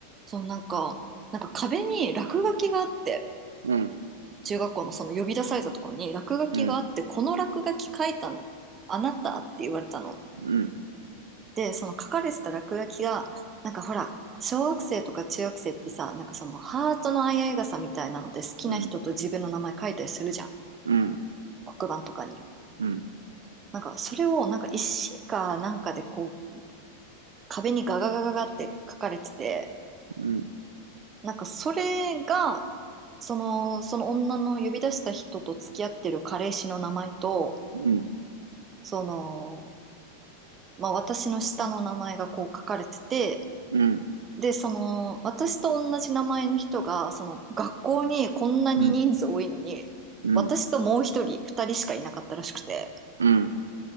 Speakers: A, on the right; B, on the right.
A: そのなんか、なんか壁に落書きがあって、
B: うん、
A: 中学校のその呼び出されたところに落書きがあって、
B: うん、
A: この落書き書いたの、あなたって言われたの。
B: うん、
A: で、その書かれてた落書きが、なんかほら、小学生とか中学生ってさ、なんかそのハートの相合い傘みたいなので好きな人と自分の名前書いたりするじゃん。
B: うん、うん、うん、
A: 黒板とかに。
B: うん、
A: なんかそれをなんか石かなんかでこう壁にガガガガガって書かれてて、
B: うん、
A: なんかそれが、その、その女の呼び出した人と付き合ってる彼氏の名前と、
B: うん、
A: そのまあ、私の下の名前がこう書かれてて、
B: うん、
A: で、その、私と同じ名前の人が、その、学校にこんなに人数多いのに、
B: うん、うん、
A: 私ともう一人、二人しかいなかったらしくて、
B: うん、